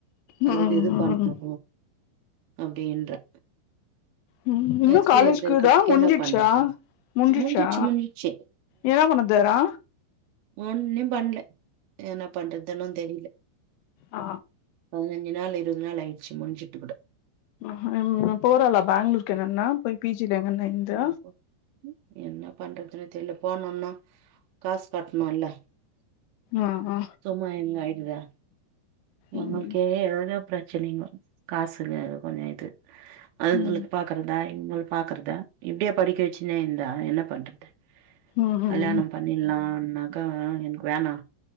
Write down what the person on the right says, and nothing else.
அதுக்கு
எதுக் பண்ணு அப்டின்றா
எக்ஸ்பீரியன்ஸ்
இருக்கிறதுக்கு
என்ன பண்றது
முடிஞ்சிச்சு முடிஞ்சிச்சு
ஒன்னிம் பண்ல என்ன பண்றதுனு தெரில
பதினஞ்சு நாள் இருவது நாள் ஆய்ச்சு முஞ்சுட்டு குட
ம். என்ன பண்றதுனு தெர்ல போனுனா காஸ் கட்ணு இல்ல
சும்மா எங்க ஆய்டுதா எங்களுக்கே
ஏதேதோ பிரச்சனைங்கோ காசுங்க கொஞ்சோ இது அதுங்களுக்கு
பாக்கறதா எங்களுக் பாக்கறதா இப்டே படிக்க வச்சுன்னே இந்தா என்ன பண்றது
கல்யாணோ
பண்ணில்லானாக்கா எனக்கு வேணா